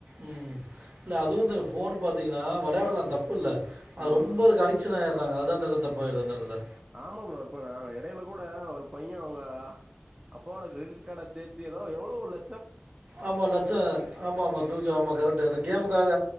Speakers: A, on the right (about 40°); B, on the right (about 20°).
A: ம் இல்ல அதுவு இந்த போன் பாத்தீங்கன்னா வெளயாடலா தப்புல்ல அது
B: ம்.
A: ரொம்ப அடிக்சன் ஆயிறாங்க அதுதா அந்த எடத் தப்பாயிருது அந்தடத்துல
B: ஆமா ப்ரோ இப்ப நா எடையில கூட ஒரு பைய அவங்க அப்போட கிரெடிட் கார்ட தேச்சு எதோ எவ்ளோல
A: ஆமா லட்ச ஆமா ஆமா தூக்கி ஆமா கரெக்ட்டு அந்த கேமுக்காக